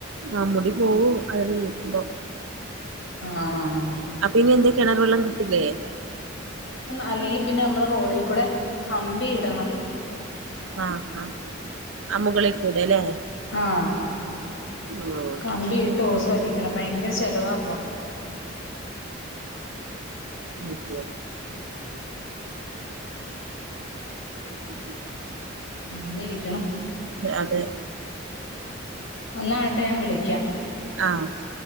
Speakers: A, on the right; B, on the left.
A: ആ മുടി പോവു അതിന് വിളിക്കുമ്പോ
B: ആഹ
A: അപ്പൊ ഇനി എന്താ കിണർ വെള്ളം കിട്ടില്ലേ
B: അല്ലെങ്കിൽ പിന്നെ നമ്മള് റോഡിൽ കൂടെ കമ്പി ഇടണം
A: ആഹ് ആഹ അമ്മുകളെ കൂടെ അല്ലേ
B: ആഹ
A: ഓ
B: കമ്പിട്ട് ഓസ് വലിക്കണം ഭയങ്കര ചെലവാപ്പം
A: അച്ച ഉം
B: അങ്ങനെ ഇരിക്കണോ
A: അതെ
B: ഒന്നായിട്ട് ഞാൻ വിളിക്കാം
A: ആഹ് ഓക്കെ